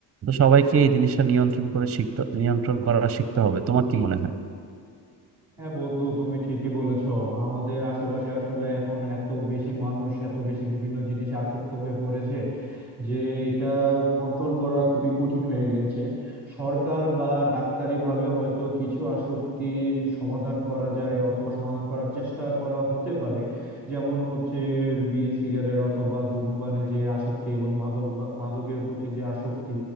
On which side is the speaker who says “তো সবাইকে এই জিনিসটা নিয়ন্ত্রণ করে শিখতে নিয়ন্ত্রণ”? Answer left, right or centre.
Right